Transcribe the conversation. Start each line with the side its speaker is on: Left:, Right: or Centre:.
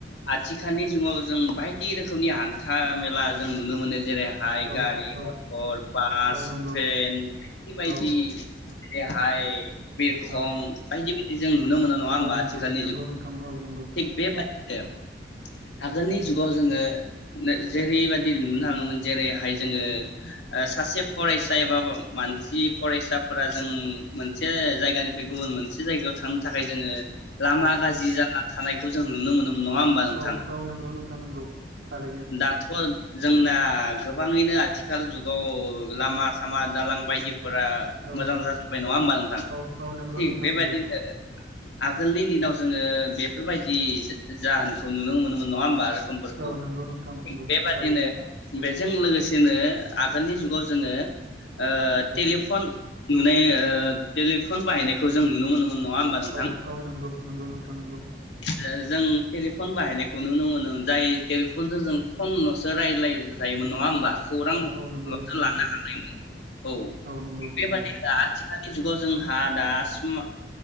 Left: आथिखालनि जुगाव जों बायदि रोखोमनि हान्था मेला जों नुनो मोनो जेरैहाय
Right: औ
Left: गारि,
Right: औ
Left: मटर, बास,
Right: औ नंगौ
Left: ट्रेन बेफोबायदि
Right: औ
Left: जेरैहाय बिरखं
Right: औ
Left: बायदि जों नुनो मोनो नङा होमबा
Right: औ नंगौ
Left: आथिखालनि
Right: नंगौ
Left: जुगाव?
Right: नोंथां औ नंगौ
Left: थिख बेबादिनो <inaudible> आगोलनि जुगाव जोङो जेरैबाददि नुनो हाङोमोन जेरैहाय जोङो सासे फरायसा एबा मानसि फरायसाफोरा जों मोनसे जायगानिफ्राय गुबुन मोनसे जायगायाव थांनो थाखाय जोङो लामा
Right: औ
Left: गाज्रि जानानै थानाय खौ‌ जों नुनो मोनो नङा होमबा नोंथां?
Right: औ औ नोंगौ नोंथां नोंगौ थारैनो।
Left: दाथ' जोंना गोबाङैनो आथिखाल जुगाव लामा सामा दालां बायदि फोरा
Right: औ
Left: मोजां जाजोब्बाय नङा होमबा नोंथां
Right: औ औ नंगौ
Left: थिग
Right: नोंथां
Left: बेबायदिनो
Right: नंगौ
Left: आगोलनि दिनाव जोङो बेफोर बायदि जाहोनखौ नुनो मोनो मोन नङा होनबा? समफोरखौ
Right: औ नंगौ नोंथां नंगौ
Left: बेबादिनो
Right: थारैनो
Left: बेजों लोगोसे नो आगोलनि जुगाव जोङो ओ
Right: औ
Left: टेलिफन नुनाय ओ टेलिप फन बाहायनायखौ जों नुनो मोनोमोन नङा होमबा नोंथां।
Right: औ औ नंगौ नंगौ नोंथां नंगौ
Left: जा जों टेलिफन बाहायनाय खौ नुनो मोनो जाय टेलिफन जों फनलसो रायज्लाय जायोमोन नङा होमबा। खौरांलसो
Right: औ औ नंगौ नोंथां
Left: लानो
Right: नंगौ
Left: हानायमोन। औ
Right: नंगौ
Left: थि बेबादि
Right: नंगौ
Left: दा आथि लि जुगाव जोंहा दासिम